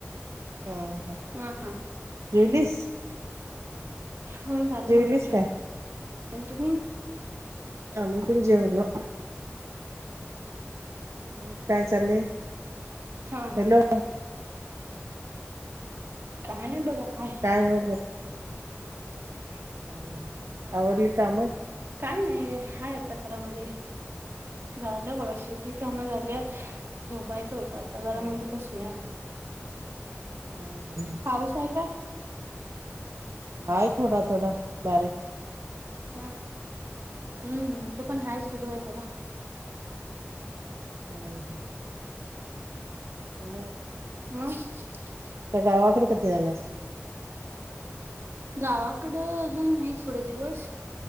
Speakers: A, on the right; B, on the right.
A: हम्म हम्म,
B: हा हा
A: जेवलीस.
B: होय झालं
A: जेवलीस
B: बघाच जेवण
A: काय
B: अन तुम्ही.
A: आम्ही पण जेवलो. मग काय चाललंय.
B: हा
A: हॅलो
B: हा, काय नाही बघा हाय.
A: काय बघत.
B: <inaudible>
A: हम, आवारली काम.
B: काय नाही आहे आता घरामध्ये झालं बघ असे. ही, काम झालीयात झोपायचं होत आता
A: हम्म
B: जरा म्हणत बसूया.
A: हम्म
B: पाऊस आहे काय.
A: हाय थोडा थोडा बारीक.
B: हा हम्म, ते पण हा सुरू आहे जरा.
A: बर बर मग.
B: ह <inaudible>
A: त्या गावाकडे कधी जाणार.
B: गावाकडं, अजून नाही थोडे दिवस.